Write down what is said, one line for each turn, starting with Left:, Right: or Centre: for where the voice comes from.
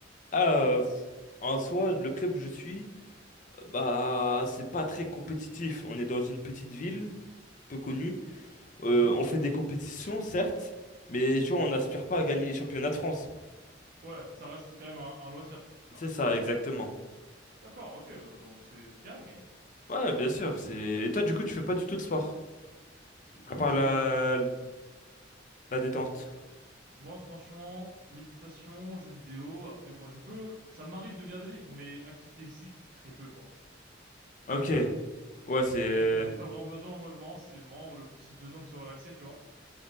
Left: Ah, euh, en soi, le club où je suis. Bah, c'est pas très compétitif. On est dans une petite ville, peu connue. Euh,
Right: Mhm.
Left: on fait des compétitions, certes, mais tu vois, on n'aspire pas à gagner les championnats de France.
Right: Ouais, ça reste quand même un, un loisir,
Left: C'est
Right: après
Left: ça,
Right: tout.
Left: exactement.
Right: D'accord, ok. euh, Donc c'est, c'est carré, quand même.
Left: Ouais, bien sûr. C'est... Et toi, du coup, tu fais pas du tout de sport,
Right: Écoute,
Left: à part la,
Right: euh,
Left: la détente.
Right: Moi, franchement, méditation, jeux vidéo, après, bon, je peux, ça m'arrive de lire des livres, mais activité physique, très peu, quoi. Très,
Left: Ok.
Right: très peu.
Left: Ouais, c'est...
Right: J'en ai, j'en ai pas vraiment besoin, moi, vraiment, c'est vraiment le, ce besoin de se relaxer, tu vois.